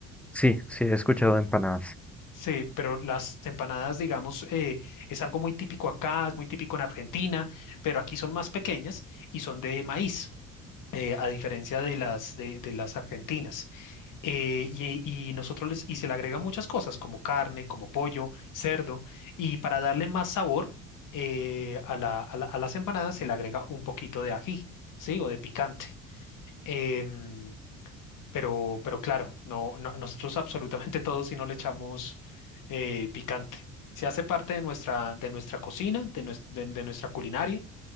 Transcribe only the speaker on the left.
Sí, pero las empanadas, digamos, eh, es algo muy típico acá, es muy típico en Argentina, pero aquí son más pequeñas y son de maíz, eh, a diferencia de las, de, de las argentinas. Eh, y, y nosotros les, y se le agrega muchas cosas, como carne, como pollo, cerdo, y para darle más sabor eh, a la- a la- a las empanadas se le agrega un poquito de ají, ¿sí? O de picante. Em, pero, pero claro, no, no- nosotros absolutamente <laughs> todos si no le echamos eh, picante. Se hace parte de nuestra, de nuestra cocina, de, nues- de- de nuestra culinaria,